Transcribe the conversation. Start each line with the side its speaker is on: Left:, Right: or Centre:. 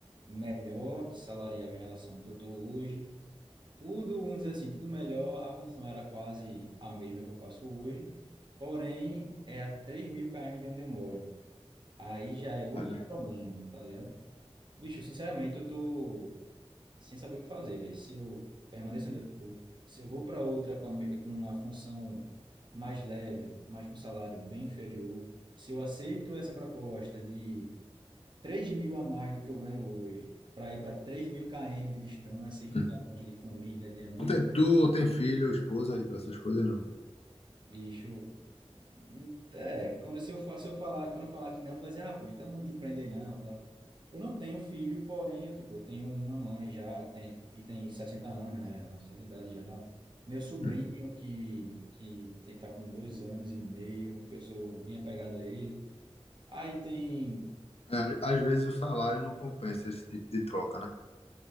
Right: melhor de salarial em relação ao que eu estou hoje. Tudo, vamos dizer assim, tudo melhor, a função era quase a mesma que eu faço hoje, porém é a 3 mil km de onde eu moro. Aí já é outro
Left: Olha.
Right: problema, tá ligado? Bicho, sinceramente, eu tô sem saber o que fazer, velho. Se eu permaneço onde eu tô, se eu vou para outra com, a, me- com uma função mais leve, mas com um salário bem inferior, se eu aceito essa proposta de 3 mil a mais do que eu ganho hoje, para ir para 3 mil km de distância e
Left: Hum.
Right: ficar longe de família, de amigos
Left: Tu tem, tu tem filho, esposa, e essas coisas não.
Right: Bicho, ni- é, quando se eu, fa- se eu falar, quando eu falar que não, tu vai dizer, ah, pô, então não te prende aí não, tal. Eu não tenho filho, porém, eu, tipo, eu tenho uma mãe já, que tem, que tem 60 anos, né, nossa idade já. Meu sobrinho,
Left: Hum.
Right: que, que te- tá com dois anos e meio, que eu sou bem apegado a ele. Aí tem,
Left: É, às vezes o salário não compensa esse tipo de troca, né?